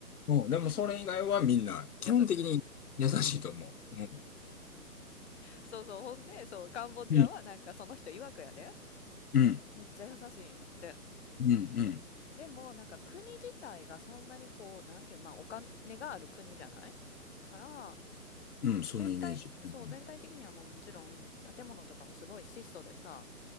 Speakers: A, on the left (about 70°); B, on the left (about 45°).
A: うん、でもそれ以外はみんな基本的に優しいと思う。
B: 優しい。
A: う
B: そうそう。ほんで、そう、カンボジアはなんかその人曰くやで。
A: ん、うん、うん、
B: めっちゃ優しいんやって。
A: うん、うん、
B: でも、なんか国自体がそんなにこう、なんていう、まあ、お金がある国じゃないから、
A: うんそのイメージ。
B: 全体、そう、
A: うん、
B: 全体的にはもうもちろん建物とかもすごい質素でさ、